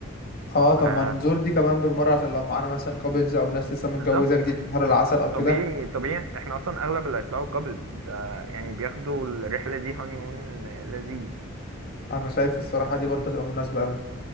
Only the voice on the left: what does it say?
اه طب
ما نزور دي كمان بالمرة عشان لو معانا مثلا كابلز او ناس لسه متجوزة
جديد في بحر العسل او
كده
انا شايف الصراحة دي برضه هتبقى مناسبة اوي